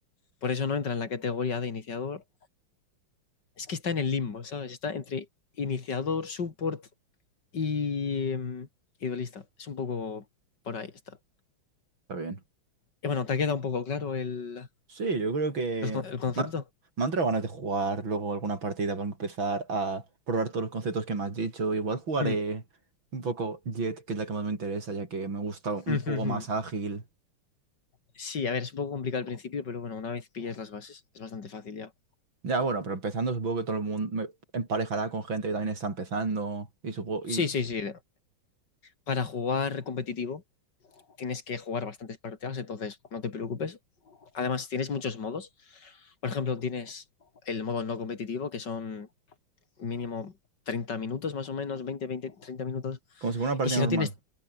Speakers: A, on the left; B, on the right.
A: Por eso no entra en la categoría de iniciador. Es que está en el limbo, ¿sabes? Está entre iniciador, support y, mm, y duelista. Es un poco por ahí está.
B: está bien.
A: Y bueno, ¿te ha quedado un poco claro el,
B: Sí, yo creo que
A: los el concepto?
B: me ha- me han entrado ganas de jugar luego alguna partida para empezar a probar todos los conceptos que me has dicho. Igual jugaré
A: Mm.
B: un poco Jett, que es la que más me interesa, ya que me gusta un
A: <laughs>
B: juego más ágil
A: Sí, a ver, es un poco complicado al principio, pero bueno, una vez pillas las bases, es bastante fácil ya.
B: Ya, bueno, pero empezando supongo que todo el mundo me emparejará con gente que también está empezando y supongo,
A: Sí,
B: y
A: sí, sí. Para jugar competitivo. tienes que jugar bastantes partidas, entonces no te preocupes. Además, tienes muchos modos. Por ejemplo, tienes el modo no competitivo, que son mínimo 30 minutos más o menos, 20, 20, 30 minutos.
B: como si fuera una partida
A: Y si
B: normal.
A: no tienes,